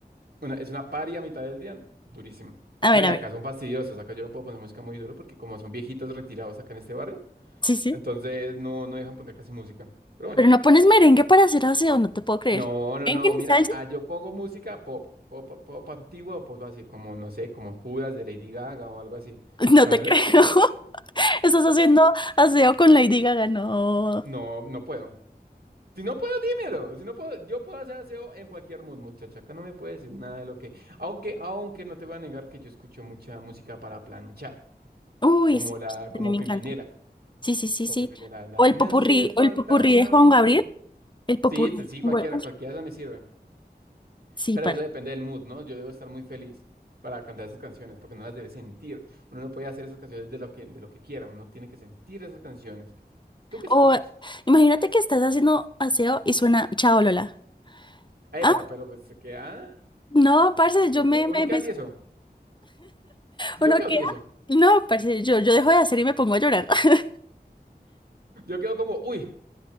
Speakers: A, on the right; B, on the left.
A: Una- es una paria a mitad del día, durísimo.
B: A
A: No,
B: ver,
A: y
B: a
A: acá
B: ver.
A: son fastidiosos, acá yo no puedo poner música muy duro porque como son viejitos retirados acá en este barrio,
B: Sí, sí.
A: Entonces no, no dejan poner casi música. Pero bueno.
B: Pero no pones merengue para hacer aseo, no te puedo creer.
A: No, no,
B: ¿Merengue
A: no.
B: ni
A: Mira,
B: salsa?
A: ah, yo pongo música pop, pop, pop, pop antiguo o pop así, como, no sé, como Judas de Lady Gaga o algo así.
B: <laughs> No
A: Canciones
B: te creo.
A: que tú.
B: <laughs> Estás haciendo aseo con Lady Gaga, no.
A: No, no puedo. Si no puedo, dímelo. Si no puedo, yo puedo hacer aseo en cualquier mood, muchacha. Acá no me puedes decir nada de lo que. Aunque, aunque no te voy a negar que yo escucho mucha música para planchar.
B: Uy,
A: Como
B: sí,
A: la, como
B: a mí me
A: Pimpinela.
B: encanta. Sí, sí, sí,
A: Como
B: sí.
A: Pimpinela, la
B: O el
A: de, me
B: popurrí,
A: hace falta
B: o el popurrí
A: una
B: de Juan
A: flor.
B: Gabriel. El popurrí.
A: Sí, te-
B: de
A: sí,
B: Juan
A: cualquiera,
B: Gabriel. Uf,
A: cualquiera de esas me sirve.
B: Sí,
A: Pero eso depende del mood, ¿no? Yo debo estar muy feliz para cantar esas canciones, porque no las debe sentir. Uno no puede hacer esas canciones de lo que, de lo que quiera, uno tiene que sentir esas canciones. ¿Tú qué escuchas?
B: O imagínate que estás haciendo aseo y suena Chao Lola.
A: Epa,
B: Ah,
A: pero pues se queda...
B: no, parce, yo
A: u-
B: me, me,
A: Uno queda
B: me-
A: tieso. Yo
B: uno
A: quedo
B: queda.
A: tieso.
B: No, parce, yo, yo dejo de hacer y me pongo a llorar. <laughs>
A: Yo quedo como, uy,